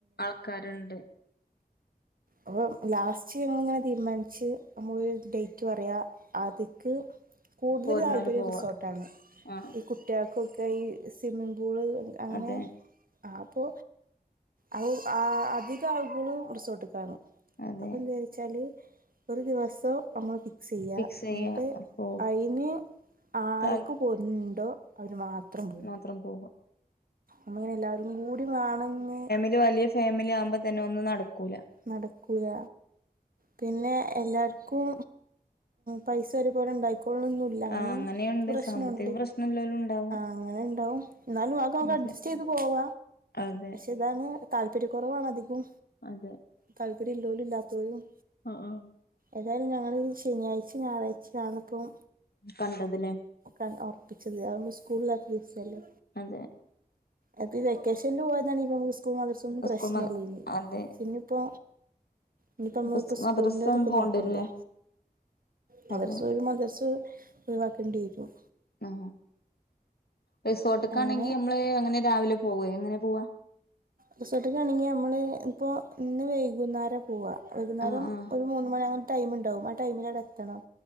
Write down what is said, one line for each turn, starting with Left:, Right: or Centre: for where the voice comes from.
Left: ആൾക്കാരുണ്ട്
Right: അപ്പം ലാസ്റ്റ് ഞങ്ങളിങ്ങനെ തീരുമാനിച്ച് നമ്മൾ ഡേറ്റ് പറയുക അതിക്ക് കൂടുതൽ
Left: പോരുന്നോല്
Right: താല്പര്യ
Left: പോവാ
Right: റിസോർട്ടാണ്
Left: ആ
Right: ഈ കുട്ടികൾക്കൊക്കെ ഈ സ്വിമ്മിംങ്ങ് പൂള് അങ്ങനെ
Left: അതെ
Right: ആ അപ്പൊ അ ആ അധിക ആളുകള്കളും റിസോർട്ടകാണ്
Left: അതെ
Right: അപ്പ എന്താ വിച്ചാല് ഒരു ദിവസം അമ്മൾ സെ ചെയ്യ,
Left: ഫിക്സ് ചെയ്യാ
Right: എന്നിട്ട്
Left: അപ്പോ
Right: അതിന് ആരക്കും
Left: താല്പര്യം
Right: പ്പോണ്ടോ അവന് മാത്രം പോകും
Left: മാത്രം പോകുക
Right: അങ്ങനെ എല്ലാവരും കൂടി വാണഞ്ഞ്
Left: ഒര് വലിയ ഫാമിലി ആക്പോ തന്നെ ഒന്നും നടക്കൂല
Right: നടക്കൂയ പിന്നെ എല്ലാവർക്കും പൈസ ഒരുപോലെ ഉണ്ടായിക്കോള്ളണംന്ന് അങ്ങനെ
Left: ആ അങ്ങനെയുണ്ട്
Right: പ്രശ്നുണ്ട്
Left: സാമ്പത്തിക പ്രശ്നം ഇല്ലോലും ഉണ്ടാവും
Right: അങ്ങനെ ഉണ്ടാവും എന്നാലും നിങ്ങൾക്കൊക്കെ
Left: അതെ
Right: അട് ജസ്റ്റ്യ്തു പോവ
Left: അതെ
Right: ഇതാണ് താല്പര്യ കുുറവാണ് അധികം
Left: അതെ
Right: താല്പര്യം ഉള്ളോലും ഇല്ലാത്തോരും
Left: ആ ആ
Right: ഏതായാലും ഞങ്ങള് ശനിയാഴ്ച ഞായറാഴ്ച കാണപ്പം
Left: കണ്ടതില്ലേ
Right: ക ഉറപ്പിച്ചത് അതൊന്ന് സ്കൂള് ഇല്ലാത്ത ദിവസല്ലെ
Left: അതെ
Right: അപ്പം ഈ വെക്കേഷനിൽ പോയതാണ്ണ ഇപ്പോൾ നമുക്ക് സ്കൂൾ മദർസൊന്നും പ്രശ്നമല്ല
Left: സ്കൂൾ മ അതെ
Right: പിന്നെ ഇപ്പോ ഇനി തമ്മളിപ്പോ
Left: ഇപ്പ
Right: സ്കൂളിൻന്റെതൊക്കെ
Left: മദ്രസ ഒന്ന് പോകേണ്ടി
Right: നോക്കണ്ടേ
Left: വരൂല്ലേ
Right: മദ്രസ
Left: അതെ
Right: പോയ് മദ്രസു ഒഴിവാക്കേണ്ടി വരും
Left: ഉ റിസോർട്ടൊക്കെ
Right: അങ്ങനെ
Left: ആണെങ്കി നമ്മള് അങ്ങനെ രാവിലെ പോവ എങ്ങനെ പോവാ
Right: റിസോർട്ടക്ക ആണെങ്കിൽ നമ്മള് ഇപ്പോൾ ഇന്ന് വൈകുന്നേരം പോവ വൈകുന്നേരം
Left: ആ ആ
Right: ഒരു മൂന്ന് മണിയാക ടൈം ഉണ്ടാവും ആ ടൈമില വിടെ ത്തണം